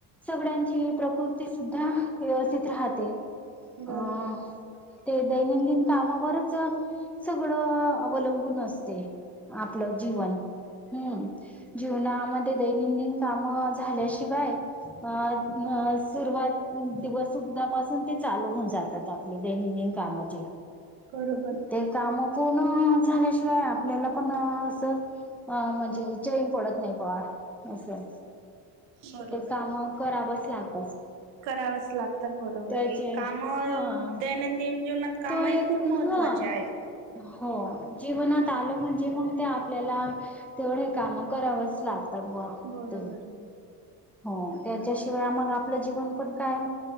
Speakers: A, in the centre; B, on the right.
A: सगळ्यांची प्रकृती सुद्धा व्यवस्थित राहते अ
B: बरोबर
A: ते दैनंदिन कामावरच सगळं अवलंबून असते आपलं जीवन हम्म जीवनामध्ये दैनंदिन कामं झाल्याशिवाय अ सुरुवात दिवस सुधापासून ते चालू होऊन जातात आपले दैनंदिन कामाचे
B: बरोबर
A: ते काम पूर्ण झाल्याशिवाय आपल्याला पण अस हा म्हणजे चैन पडत नाही बा असं
B: बरोबर
A: ते काम करावंच लागत
B: करावच लागतात बरोबर
A: त्याचे
B: एक काम
A: हा
B: दैनंदिन जीवनात कामही
A: तो एक
B: खूप महत्त्वाचे
A: हा
B: आहे
A: हो जीवनात आलं म्हणजे मग ते आपल्याला तेवढ काम करावंच लाग
B: बरोबर
A: <inaudible>
B: आहे.
A: हो त्याच्याशिवाय आ मग आपलं जीवन पण काय